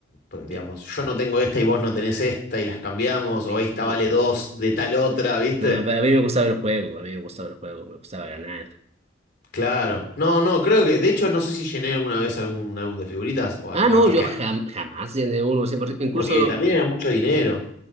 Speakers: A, on the left; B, on the right.
A: pues, digamos,
B: Sí.
A: yo no tengo esta y vos no tenés esta y las cambiamos, o
B: sí.
A: esta vale dos de tal otra, ¿viste?
B: No, pero a mí me gustaba el juego, a mí me gustaba el juego, me gustaba ganar.
A: Claro. No, no, creo que, de hecho, no sé si llené alguna vez algún álbum de figuritas, o
B: Ah,
A: a-
B: no,
A: capaz
B: yo
A: que...
B: jam- jamás llené uno, siempre, incluso,
A: Porque también era mucho dinero.